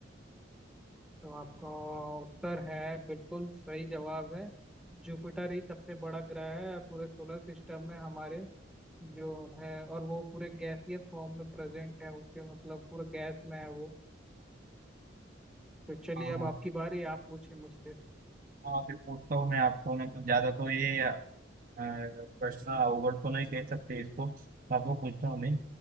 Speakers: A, in the centre; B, on the right.
A: तो आपका उत्तर है बिल्कुल सही जवाब है जुपिटर ही सबसे बड़ा ग्रह है पूरे सोलर सिस्टम में हमारे जो है और वो पूरे गैसीय फॉर्म में प्रेजेंट है उसके मतलब पूरे गैस में है वो तो चलिए
B: हाँ
A: अब
B: हाँ
A: आपकी बारी आप पूछिए मुझसे
B: हाँ, अभी पूछता हूँ मैं आपको मैं तो ज्यादा तो ये प्रश्न अवगढ़ तो नहीं कह सकते इसको आपको पूछता हूँ मैं